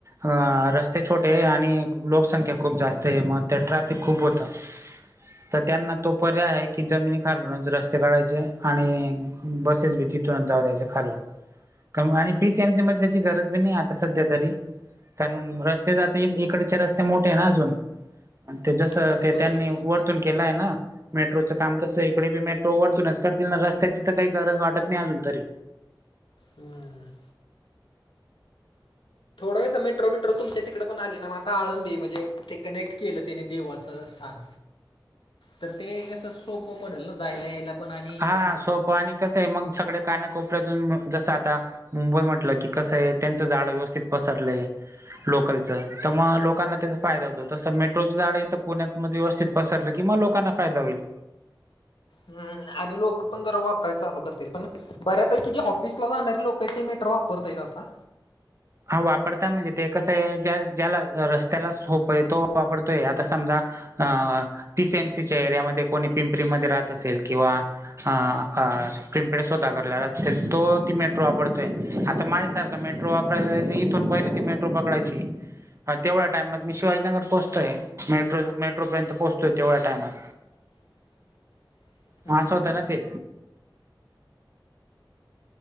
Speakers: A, on the right; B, on the left.
A: अ रस्ते छोटे आहे आणि लोकसंख्या खूप जास्त आहे म ते ट्रॅफिक खूप होतं. तर त्यांना तो पर्याय आहे की जमिनी खालूनच रस्ते काढायचे आणि बसेस बी तिथूनच जाऊ द्यायच्या खालून. कमवाय पी सी एम सी मध्ये त्याची गरज बी नाही आता सध्या तरी. कानून रस्ते जाते इकडचे रस्ते मोठे आहे ना अजून ते जसं
B: बरोबर
A: ते त्यांनी वरतून केलाय ना मेट्रोचं काम तसं इकडे बी मेट्रो वरतूनच करतील ना रस् त्याची तर काही गरज वाटत नाही अजून तरी.
B: हम्म. <unintelligible> मेट्रो बेट्रो तुमच्या तिकडे पण आली ना मग आता आळंदी म्हणजे ते कनेक्ट केलं तिने देवाचं स्थान. तर ते कसं सोपं पडेल ना जायला यायला. पण आणि
A: हा सोपं आणि कसं आहे मग सगळे कानाकोपऱ्यातून जसं आता मुंबई म्हटलं की कसं आहे त्यांचं जाळं व्यवस्थित पसरलंय. लोकलचा तर मग लोकांना त्याचा फायदा होतो तसं मेट्रोचं जाड आहे तर पुण्यातमध्ये व्यवस्थित पसरलं कि म लोकांना फायदा होईल.
B: हम्म आणि लोकं पण जरा वापराय चालू करतील पण बऱ्यापैकी जे ऑफिसला जाणारे लोकं आहे ते मेट्रो वा परत येईल आता.
A: हा वापरता म्हणजे ते कसं आहे ज्या ज्याला रस्त्याला सोप्पं आहे तो वापरतोय आता समजा अ पीसीएमसीच्या एरियामध्ये कोणी पिंपरीमध्ये राहत असेल किंवा. अ आ प्रिमपेढ सोदागरला <unintelligible> तो ती मेट्रो वापडतोय आता माझ्यासारखा मेट्रो <unintelligible> ती इथून पहिली ती मेट्रो पकडायची. हा तेवढ्या टाईमात मी शिवाजीनगर पोहचतोय मेट्रो मेट्रोपर्यंत पोहचतोय तेवढ्या टाइमात.
B: <inaudible> हम्म
A: मास होता न ते.